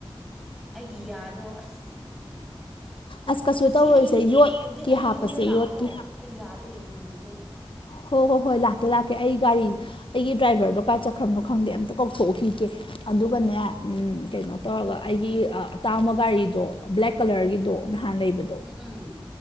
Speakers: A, in the centre; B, on the left.
A: ꯑꯩꯒꯤ ꯌꯥꯗꯣ ꯑꯁ
B: ꯑꯁ ꯀꯩꯁꯨ
A: ꯉꯁꯤ
B: ꯇꯧꯔꯣꯏꯁꯦ
A: ꯑꯌꯨ
B: ꯌꯣꯠꯀꯤ
A: ꯍꯧꯖꯤꯛ ꯑꯩ
B: ꯍꯥꯞꯄꯁꯦ
A: ꯌꯨꯝꯗ ꯂꯥꯛꯑꯀꯣ
B: ꯌꯣꯠꯀꯤ
A: ꯑꯩ ꯌꯥꯗꯣ ꯌꯦꯡꯍꯟꯕꯤꯒꯦ
B: ꯍꯣ ꯍꯣ ꯍꯣꯏ ꯂꯥꯛꯀꯦ ꯂꯥꯛꯀꯦ ꯑꯩ ꯒꯥꯔꯤꯁꯦ ꯑꯩꯒꯤ ꯗ꯭ꯔꯥꯏꯚꯔꯗꯣ ꯀꯥꯏ ꯆꯠꯈ꯭ꯔꯝꯅꯣ ꯈꯪꯗꯦ ꯑꯝꯇ ꯀꯧꯊꯣꯛꯈꯤꯒꯦ ꯑꯗꯨꯒꯅꯦ ꯀꯩꯅꯣ ꯇꯧꯔꯒ ꯑꯩꯒꯤ ꯑꯇꯥꯡꯕ ꯒꯥꯔꯤꯗꯣ ꯕ꯭ꯂꯦꯛ ꯀꯂꯔꯒꯤꯗꯣ ꯅꯍꯥꯟ ꯂꯩꯕꯗꯣ
A: ꯎꯝ ꯎꯝ